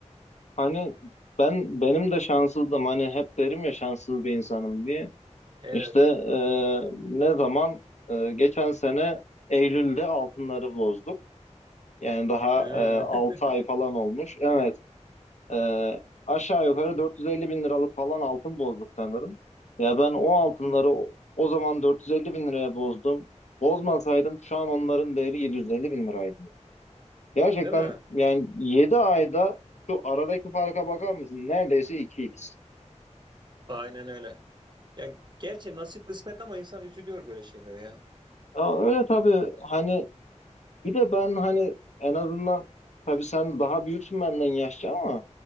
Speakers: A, on the left; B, on the right.
A: hani ben benim de şanssızdım. Hani hep derim ya şanssız bir insanım diye.
B: Evet.
A: İşte e, ne zaman e, geçen sene Eylül'de altınları bozduk. Yani daha
B: Ee,
A: e, 6
B: <laughs>
A: ay falan olmuş. Evet Ee, aşağı yukarı 450 bin liralık falan altın bozduk sanırım. Ya ben o altınları o o zaman 450 bin liraya bozdum. Bozmasaydım şu an onların değeri 750 bin liraydı. Gerçekten
B: değil mi?
A: yani 7 ayda şu aradaki farka bakar mısın? Neredeyse iki x
B: Aynen öyle. Ya gerçi nasip kısmet ama insan üzülüyor böyle şeylere ya.
A: Ya öyle tabii hani bir de ben hani en azından tabii sen daha büyüksün benden yaşça ama